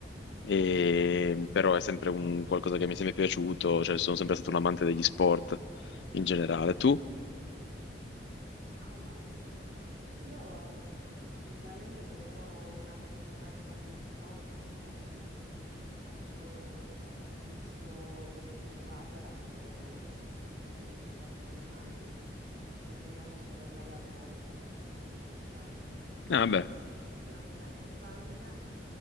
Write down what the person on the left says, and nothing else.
E, però è sempre un qualcosa che mi è sempre piaciuto, cioè sono sempre stato un amante degli sport in generale. Tu?
Ah, beh,